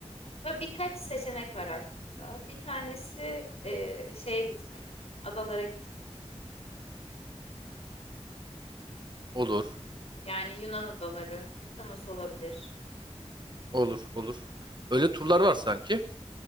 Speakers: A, on the left; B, on the right.
A: Böyle birkaç seçenek var aklımda. Bir tanesi eee, şeye gitmek, adalara gitmek.
B: Olur.
A: Yani Yunan adaları, Mikonos olabilir.
B: Olur. Olur. Öyle turlar var sanki.